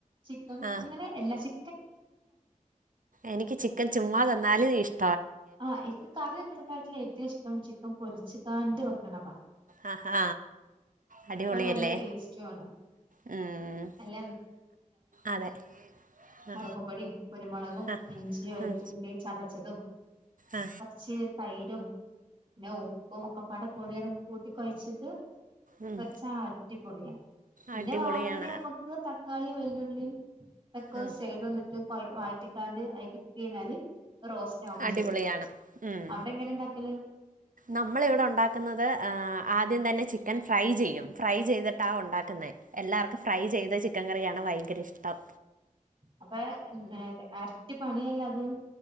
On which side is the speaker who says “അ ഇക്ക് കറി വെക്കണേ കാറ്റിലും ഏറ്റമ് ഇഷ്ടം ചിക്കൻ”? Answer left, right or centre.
Right